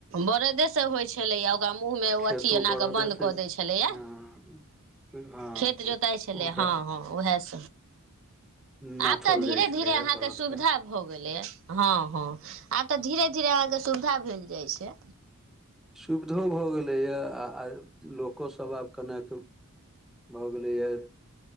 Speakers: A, on the right; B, in the centre.
A: बरदेसँ होइत छलैएा ओकरा मुँहमे
B: खेतो
A: ओ अथी एना
B: बरदेसँ
A: कऽ बन्द कऽ दैत छलैया
B: हँ हँ
A: खेत जोताइ छलै
B: ओकरा
A: हँ हँ उएहस
B: नाथल
A: आब तऽ धीरे
B: जाइ छलैया
A: धीरे अहाँके
B: बरदके
A: सुविधा भ गेले हँ हँ आ तऽ धीरे धीरे अह के सुविधा भेल जाय छै
B: सुविधो भऽ गेलैए आ लोकोसभ आब कनेक भऽ गेलैए